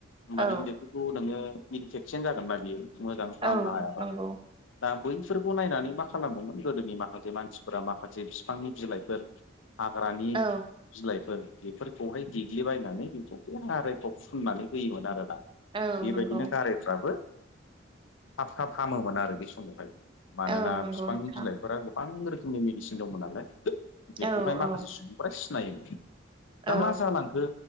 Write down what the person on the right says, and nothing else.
औ
औ
नंगौ
औ
औ
नंगौ
औ नंगौ
नोंथां
औ औ
औ